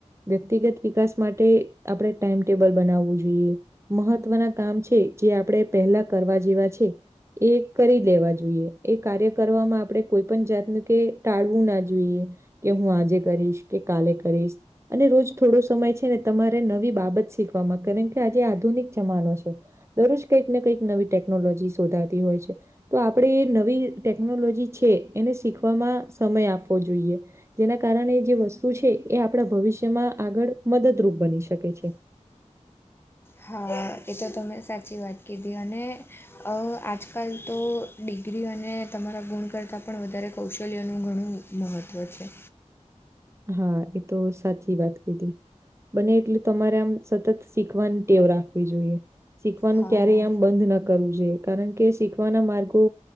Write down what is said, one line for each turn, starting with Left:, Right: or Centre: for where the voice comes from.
Right: વ્યક્તિગત વિકાસ માટે આપડે ટાઈમટેબલ બનાવવું જોઈએ. મહત્વના કામ છે જે આપડે પહેલા કરવા જેવા છે એ કરી લેવા જોઈએ એ કાર્ય કરવામાં આપડે કોઈ પન જાતનું કે ટાળવું ના જોઈએ. કે હું આજે કરીશ કે કાલે કરીશ અને રોજ થોડો સમય છે ને તમારે નવી બાબત શીખવામાં કારન કે આજે આધુનિક જમાનો છે. દરરોજ કંઈક ને કંઈક નવી ટેકનોલોજી શોધાતી હોય છે. તો આપણે એ નવી ટેકનોલોજી છે એને શીખવામાં સમય આપવો જોઈએ. જેના કારણે જે વસ્તુ છે એ આપણા ભવિષ્યમાં આગળ મદદરૂપ બની શકે છે.
Left: હા એ તો તમને સાચી વાત કીધી અને અ આજકાલ તો ડિગ્રી અને તમારા ગુણ કરતાં પણ વધારે કૌશલ્યનું ઘણું મહત્ત્વ છે.
Right: હા એ તો સાચી વાત કીધી. બને એટલે તમારે આમ સતત શીખવાની ટેવ રાખવી જોઈએ. શીખવાનું
Left: હા
Right: ક્યારે આમ બંધ ના કરવું જોઈએ કારણ કે શીખવાના માર્ગો